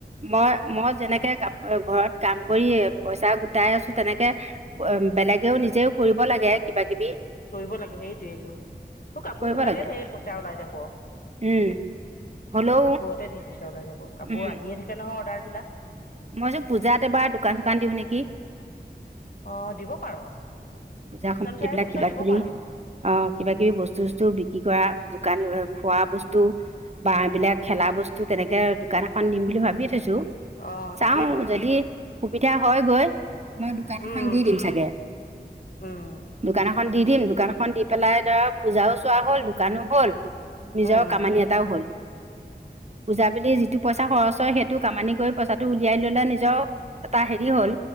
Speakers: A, on the right; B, on the left.
A: মই মই যেনেকে কা ঘৰত কাম কৰি পইচা গোটাই আছো তেনেকে বেলেগেও নিজেও কৰিব লাগে কিবা কিবি
B: কৰিব লাগে সেইটোয়েতোৰ কাপোৰ
A: কৰিব
B: চিলালেই
A: লাগে
B: ঢেৰি পইচা ওলাই যাব
A: উম হলেও
B: তোৰ কাপোৰতে ধেৰ পইছা ওলাই যাব কাপোৰ
A: উম
B: আহিয়ে থাকে ন অৰ্ডাৰ বিলাক
A: মই যে পূজাত এবাৰ দোকান চোকান দিওঁ নেকি
B: অঁ দিব পাৰ
A: পূজাৰ
B: মিছন
A: সময়ত
B: চাৰিআলিৰ
A: এইবিলাক
B: ওচৰত
A: কিবা
B: দিব
A: কিবি
B: পাৰ
A: অহ কিবা কিবি বস্তু বস্তু বিক্ৰী কৰা দোকান খোৱা বস্তু বা এইবিলাক খেলা বস্তু তেনেকে দোকান এখন দিম বুলি ভাবিয়ে থৈছো
B: অঁ
A: চাওঁ
B: তাকেইতো
A: যদি সুবিধা হয় গৈ মই দোকান
B: উম,
A: এখন দি দিম চাগে
B: উম,
A: দোকান এখন দি দিম দোকানখন দি পেলাই ধৰক পূজাও চোৱা হ'ল দোকানো হ'ল নিজৰ
B: উম।
A: কামানি এটাও হল পূজা বুলি যিটো পইচা খৰচ হয় সেইটো কামানি কৰি পইচাটো টো উলিয়াই ললে নিজৰ, এটা হেৰি হ'ল।